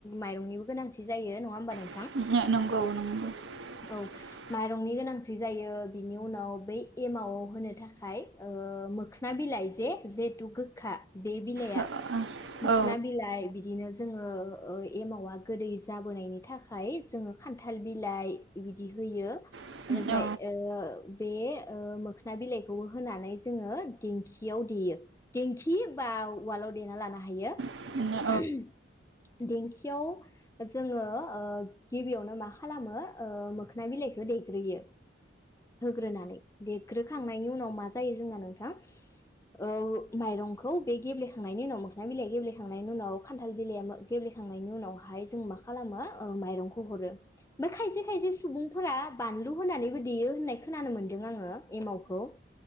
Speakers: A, on the left (about 15°); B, on the right (about 80°).
A: माइरंनिबो गोनांथि जायो नङा होमबा नों
B: <unintelligible>
A: औ माइरंनि गोनांथि जायो बिनि उनाव बै एमावआव होनो थाखाय ओ-मोखोना बिलाइ जे जहेथु गोखा बे बिलाइ
B: औ
A: मोखोना
B: औ
A: बिलाइ बिदिनो जोङो ओ एमावा गोदै जाबोनायनि थाखाय जोङो खान्थाल बिलाइ इबिदि होयो
B: नंगौ
A: एनिफ्राय
B: औ औ
A: ओ बे ओ मोखोना बिलाइखौ होनानै जोङो देंखियाव देयो देंखि बा उवालाव देना लानो हायो
B: औ
A: <unintelligible> देंखियाव जोङो ओ गिबियावनो मा खालामो ओ मोखोना बिलाइखौ देग्रोयो होग्रोनानै देग्रोखांनायनि उनाव मा जायो जोंना नोंथां ओ माइरंखौ बे गेब्ले खांनायनि उनाव मोखना बिलाइया गेबेखांनायनि उनाव खान्थाल बिलाइ मो गेबेखांनायनि उनावहाय जों मा खालामो ओ माइरंखौ हरो। बे खायसे खायसे सुबुंफोरा बानलु होनानैबो देयो होननाय खोनानो मोन्दों आङो। एमावखौ